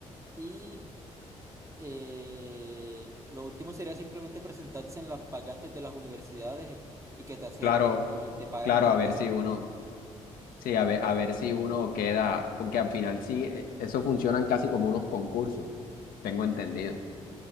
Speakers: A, on the right; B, on the left.
A: Y eh, lo último sería simplemente presentarse en las vacantes de las universidades y que te acepten.
B: Claro,
A: Y te pagan,
B: claro,
A: creo
B: a ver
A: que era.
B: si uno, sí, a ver, a ver si uno queda, porque al final sí, eh, eso funcionan casi como unos concursos, tengo entendido.